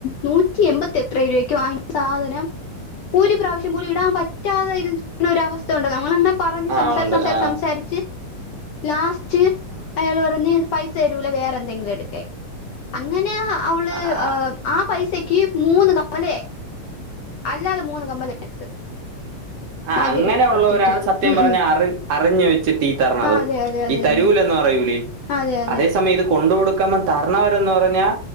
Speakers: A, on the left; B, on the right.
A: നൂറ്റി എൺമ്പതി എത്രയോ രൂപയ്ക്ക് വാങ്ങിച്ച സാധനം ഒരു പ്രാവശ്യം പോലും ഇടാൻ പറ്റിയിട്ടില്ല പറ്റാതരിക്കുന്ന ഒരവസ്ഥ ഉണ്ടോ നമ്മൾങ്ങനെ പറഞ്ഞു
B: ആ
A: സംസാരി
B: ഉണ്ട്
A: സംസാരിച്ച്
B: ആ
A: സംസാരിച്ച് ലാസ്റ്റ് അയാൾ പറഞ്ഞ് പൈസ തരില്ല വേറെ എന്തെങ്കിലും എടുക്കാൻ അങ്ങനെയ അവൾ
B: ആ ആ,
A: ആ പൈസ ഒരാഴ്ചത്തേക്ക് മൂന്ന് കമ്മൽ അല്ലാതെ മൂന്ന് കമ്മല എടുത്ത്
B: ആ
A: അത്
B: അങ്ങനെ
A: തിരിച്ചു
B: ഉള്ളവരാണ്
A: കൊടുത്തിട്ട്
B: സത്യം
A: ഉം
B: പറഞ്ഞാൽ
A: ഉം
B: അറിവ് അറിഞ്ഞു വെച്ചിട്ട് തീത്തരണത്
A: ആ അതെ അതെ അതെ
B: ഈ തരൂലന്ന്
A: അതെ
B: പറയില്ലേ
A: അതെ അതെ
B: അതേ സമയം ഇത് കൊണ്ടുകൊടുക്കണം അമ്മ തരണവരന്ന് പറഞ്ഞാൽ